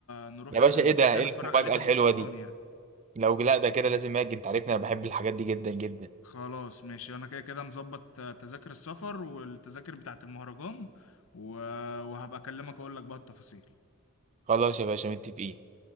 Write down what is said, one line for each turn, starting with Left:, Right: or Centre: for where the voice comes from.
Left: نروح
Right: يا
Left: ال-
Right: باشا إيه ده
Left: كده كده
Right: إيه
Left: نتفرج
Right: المفاجأة
Left: عليه في
Right: الحلوة
Left: المهرجان
Right: دي
Left: يعني
Right: لو لا ده كده لازم أجي أنت عارفني أنا بحب الحاجات دي جدا جدا
Left: خلاص ماشي انا كده كده مظبط آه، تذاكر السفر والتذاكر بتاعة المهرجان و... وهبقى اكلمك اقول لك بقى التفاصيل
Right: خلاص يا باشا متفقين